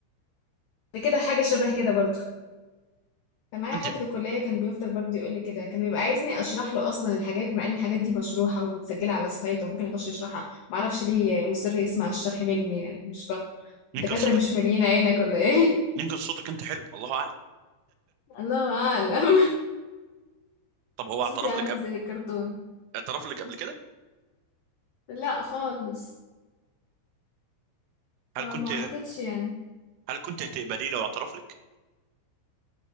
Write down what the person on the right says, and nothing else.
انت
يمكن
صوتك
يمكن صوتك انت حلو الله اعلم
طب هو اعترف
لك قبل
اعترف لك قبل كده
هل
كنت
هل كنت هتقبليه لو اعترف لك